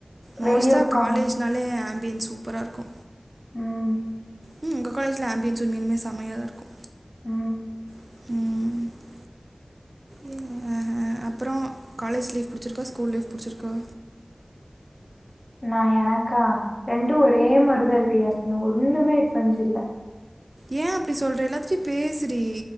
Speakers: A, on the right; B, on the left.
A: மோஸ்ட்டா
B: வெளிய உக்காந்தா
A: காலேஜ்னாலே ஹாம்பியன்ஸ் சூப்ரா இருக்கு
B: ம்
A: ம் உங்க காலேஜ்ல ஹாம்பியன்ஸ் உண்மேலுமே செம்யாதா இருக்கு
B: ம்
A: <unintelligible> ம் ஹ ஹ அப்றோ காலேஜ் லைஃப் புடுச்சுருக்கா ஸ்கூல் லைஃப் புடுச்சுருக்கா
B: நா எனக்கா ரெண்டு ஒரே மாரிதா இருக்கு யாஸ்மி ஒன்னுமே டிஃப்ரென்ஸ் இல்ல
A: ஏ அப்டி சொல்ற எல்லாத்துட்டயு பேசுடி